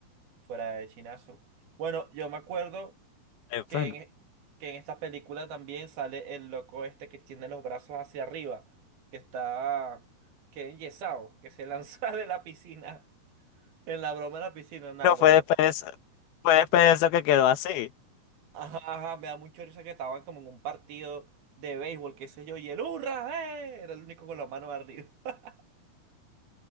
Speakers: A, on the right (about 65°); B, on the left (about 75°).
A: fuera de chinazo. Bueno, yo me acuerdo
B: Eh,
A: que
B: bueno,
A: en, que en esta película también sale el loco este que tiene los brazos hacia arriba, que está, que es enyesado, que se <laughs> lanza de la piscina. En la broma de la piscina, en Aguaso.
B: Pero fue después de eso, fue después de eso que quedó así.
A: Ajá, ajá, me da mucha risa que estaban como en un partido de béisbol, qué sé yo, y el ¡hurra! ¡eh! Era el único con la mano arriba. <laughs>